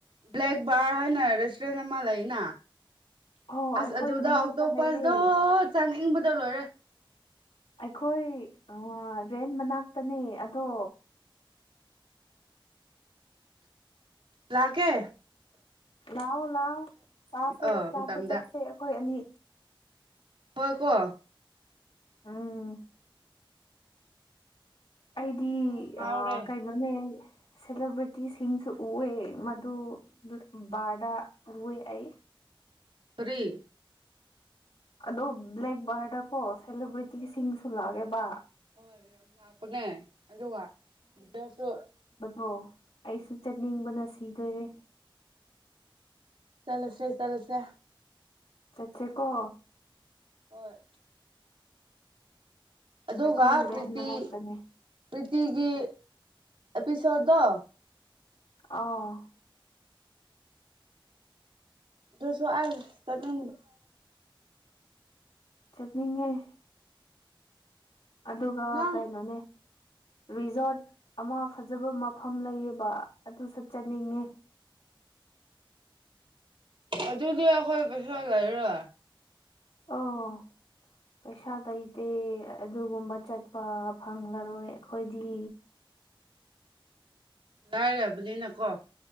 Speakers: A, on the right; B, on the left.
A: ꯕ꯭ꯂꯦꯛ ꯕꯥꯔ ꯍꯥꯏꯅ ꯔꯦꯁꯇꯨꯔꯦꯟ ꯑꯃ ꯂꯩꯅ
B: ꯍꯣ
A: ꯑꯁ
B: ꯑꯩꯈꯣꯏ
A: ꯑꯗꯨꯗ
B: ꯃꯅꯥꯛꯇ
A: ꯑꯇꯣꯞ
B: ꯂꯩꯌꯦ
A: ꯄꯁꯗꯣ ꯆꯥꯅꯤꯡꯏꯕꯗ ꯂꯣꯏꯔꯦ
B: ꯑꯩꯈꯣꯏ ꯔꯦꯟ ꯃꯅꯥꯛꯇꯅꯦ ꯑꯗꯣ
A: ꯂꯥꯛ ꯀꯦ
B: ꯂꯥꯛꯑꯣ ꯂꯥꯛꯑꯣ ꯆꯥꯁꯦ
A: ꯑ
B: ꯆꯥꯕ
A: ꯃꯇꯝꯗ
B: ꯆꯠꯁꯦ ꯑꯩꯈꯣꯏ ꯑꯅꯤ
A: ꯍꯣꯏ ꯀꯣ
B: ꯎꯝ
A: ꯆꯥꯅꯤꯡꯕꯗꯣ
B: ꯑꯩꯗꯤ
A: ꯉꯥꯎꯔꯦ
B: ꯑꯥ ꯀꯩꯅꯣꯅꯦ ꯁꯦꯂꯦꯕ꯭ꯔꯤꯇꯤꯁꯤꯡꯁꯨ ꯎꯑꯦ ꯃꯗꯨ ꯕꯥꯔꯗ ꯎꯑꯦ ꯑꯩ
A: ꯐ꯭ꯔꯤ
B: ꯑꯗꯣ ꯕ꯭ꯂꯦꯛꯕꯥꯔꯗꯀꯣ ꯁꯦꯂꯦꯕ꯭ꯔꯤꯇꯤꯁꯤꯡ ꯁꯂꯛꯑꯒꯦꯕ
A: ꯍꯣꯏ ꯌꯥꯝ ꯂꯥꯛꯄꯅꯦ ꯑꯗꯨꯒ ꯑꯗꫭꯔꯁꯨ
B: ꯑꯣ ꯑꯩꯁꯨ ꯆꯠꯅꯤꯡꯕꯅ ꯁꯤꯗꯣꯏꯔꯦ
A: ꯇꯂꯁꯦ ꯇꯂꯁꯦ
B: ꯆ ꯆꯦꯀꯣ
A: ꯍꯣꯏ ꯑꯗꯨꯒꯒ
B: ꯑꯩꯈꯣꯏ ꯔꯦꯟ
A: ꯄꯔꯤꯇ
B: ꯃꯅꯥꯛꯇꯅꯦ
A: ꯄ꯭ꯔꯤꯇꯤꯒꯤ ꯑꯦꯄꯤꯁꯣꯗꯣ
B: ꯑꯥ
A: ꯑꯗꯨꯁꯨ ꯑ ꯇꯗ
B: ꯆꯠꯅꯤꯡꯉ‌ꯦꯏ ꯑꯗꯨꯒ
A: ꯅꯪ
B: ꯀꯩꯅꯣꯅꯦ ꯔꯤꯖꯣꯔꯠ ꯑꯃ ꯐꯖꯕ ꯃꯐꯝ ꯂꯩꯌꯦꯕ ꯑꯗꯨ ꯆꯠꯆꯅꯤꯡꯉꯦ
A: ꯑꯗꯨꯗꯤ ꯑꯩꯈꯣꯏ ꯄꯩꯁꯥ ꯂꯩꯔ
B: ꯑꯣ ꯄꯩꯁꯥ ꯇꯩꯇꯦ ꯑꯗꯨꯒꯨꯝꯕ ꯆꯠꯄ ꯐꯪꯂꯔꯣꯏ ꯑꯩꯈꯣꯏꯗꯤ
A: ꯂꯥꯏꯔꯕꯅꯤꯅꯀꯣ